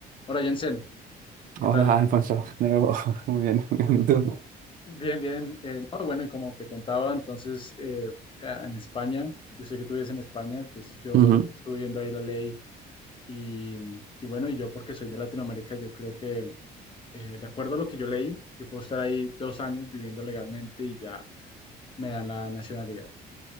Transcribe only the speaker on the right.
Hola,
Alfonso. De nuevo. <laughs> Muy bien, muy bien. ¿Tú?
Ujú.